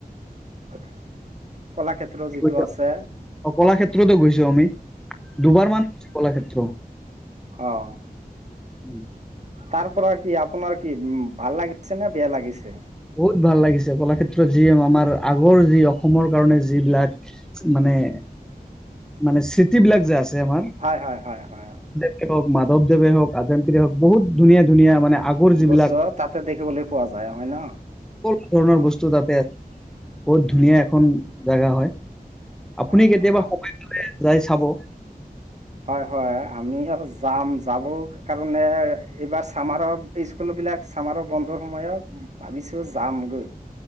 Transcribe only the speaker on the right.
<unintelligible>
কলাক্ষেত্ৰ যিটো
আছে
অঁ।
তাৰ পৰা কি, আপোনাৰ কি, উম ভাল লাগিছে নে বেয়া লাগিছে?
হয়-হয়-হয়-হয়, অঁ।
বস্তু
তাতে দেখিবলৈ পোৱা যায় হয় ন?
অঁ
অঁ
হয়-হয়। আমিও যাম, যাব কাৰণে এইবাৰ চামাৰৰ স্কুল বিলাক চামাৰ বন্ধৰ সময়ত, ভাবিছোঁ যামগৈ।